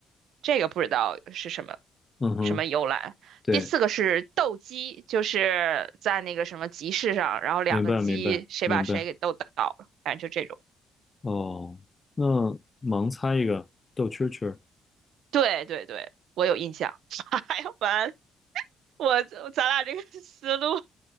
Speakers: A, on the right (about 80°); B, on the left (about 25°).
A: 这个不知道是什么
B: 嗯哼，
A: 什么由来。
B: 对，
A: 第四个是斗鸡，就是在那个什么集市上，然后两个鸡谁把谁给斗倒了，
B: 明白明白明白。
A: 反正就这种。
B: 哦，那盲猜一个逗蛐儿蛐儿，
A: 对对对，我有印象。<laughs> 哎呀，完，我咱俩这个思路。